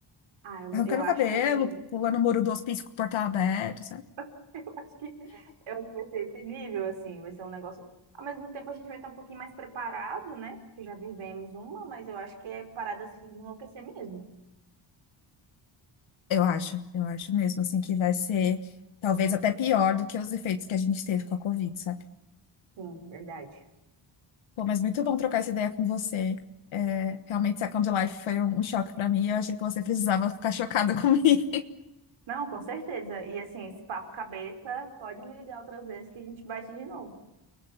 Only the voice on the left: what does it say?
arrancando
o cabelo,
pulando o muro do hospício com o portão aberto,
Eu acho, eu acho mesmo, assim, que vai ser talvez até pior do que os efeitos que a gente teve com a Covid, sabe?
Pô, mas muito bom trocar essa ideia com você. É, realmente, Second Life foi um, um choque pra mim. Eu achei que você precisava ficar chocada <laughs> comigo.